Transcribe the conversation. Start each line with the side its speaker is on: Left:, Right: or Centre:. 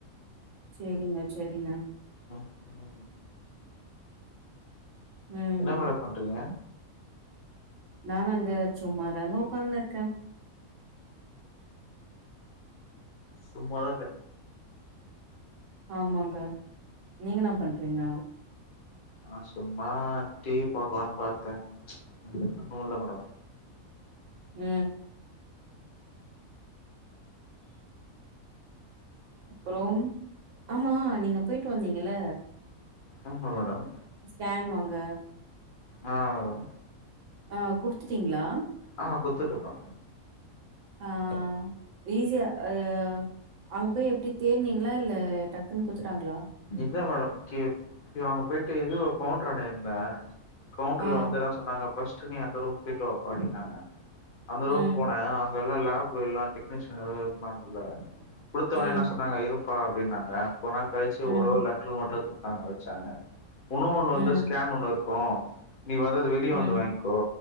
Right: சேரிங்க சேரிங்க
Left: அ ஆ
Right: ம்
Left: என்ன மேடம் பண்றீங்க
Right: நானாங்க சும்மாதாங்க உக்காந்துன்னு இருக்கே
Left: சும்மாதா <inaudible>
Right: ஆமாங்க நீங்க என்னா பண்றீங்க
Left: ஆ சும்மா டிவி பாக்கலான் பாத்தே இதுங்க இன்னு தூங்கல மேடம்
Right: ஆ அப்புறோ ஆமா நீங்க பொயிட்டு வந்தீங்கல்ல
Left: ஆமா மேடம்
Right: ஸ்கேன் வாங்க
Left: ஆ மேடம்
Right: ஆ குடுத்துட்டீங்ளா
Left: ஆ குத்துட்ருக்கோ
Right: ஆ ஈஸியா ஆ அங்க பேய் எப்டி தேன்னீங்ளா இல்ல டக்குன்னு குடுத்துட்டாங்ளா
Left: இல்வ மேடம் கே அங்க போயிட்டு எதே கவுண்டரான்ட இருந்தே கவுண்ட்ருல
Right: ஆ
Left: வந்து இதா சொன்னாங்க ஃபஸ்ட்டு நீ அந்த ரூம் டிட்டோ அப்பா அப்டினாங்க அந்த
Right: ம்
Left: ரூம் போனே அ எல்லா லேப் எல்லா டெக்னீஷியன் ஏ வெச்சுபாங்கள்ள குடுத்தவொன்ன
Right: ம்
Left: என்ன சொன்னாங்க இரு போடா அப்படின்னாங்க கொஞ்ச நாள் காழிச்சு
Right: ம்
Left: ஒரோரு லட்டர் மட்டு குடுத்தாங்க வெச்சாங்க ஒன்னோன்னு
Right: ம்
Left: வந்து ஸ்கேன் ஒன்னு இருக்கு நீ வந்து அது வெளிய
Right: ம்
Left: வந்து வாய்ங்க்கோ